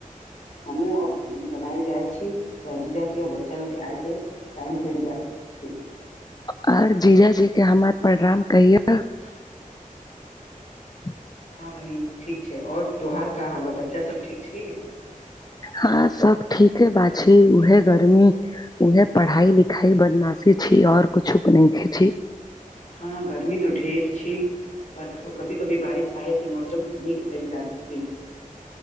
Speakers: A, on the left (about 60°); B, on the left (about 30°).
A: हमहुँ बनायल जाइ छी थ जीजा के बच्चा लोग के आय के टाइम भर जात छै
B: और जीजाजी के हमर परणाम कहिए
A: <inaudible>
B: <inaudible>
A: हँ बहिन ठीक छै आओर तोहार की हाल बा बच्चा सब ठीक छी
B: हँ सब ठीक है बा छै उहे गर्मी उहे पढ़ाई लिखाई बदमाशी छी आओर कुछुक नय छी
A: हँ गर्मी तो ढेर छी <unintelligible> कभी कभी बारिश आय से मौसम नीक भेल जात छी